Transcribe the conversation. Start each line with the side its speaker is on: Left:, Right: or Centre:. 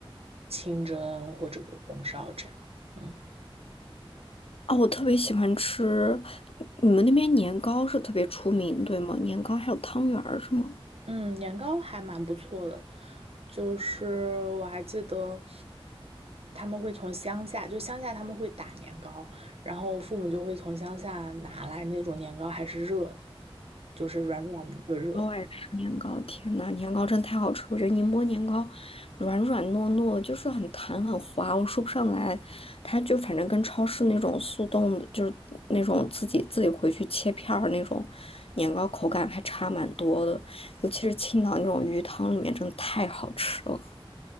Right: 清蒸或者红烧这样，嗯。
Left: 哦，我特别喜欢吃，你们那边年糕是特别出名，对吗？年糕还有汤圆儿是吗？
Right: 嗯，年糕还蛮不错的，就是我还记得他们会从乡下，就乡下他们会打年糕，然后父母就会从乡下拿来那种年糕，还是热的，就是软软的、热热的。
Left: 我爱吃年糕，天呐，年糕真太好吃！我觉得宁波年糕软软糯糯，就是很弹很滑，我说不上来。它就反正跟超市那种速冻的，就是那种自己自己回去切片儿那种年糕，口感还差蛮多的。尤其是青岛那种鱼汤里面，真的太好吃了。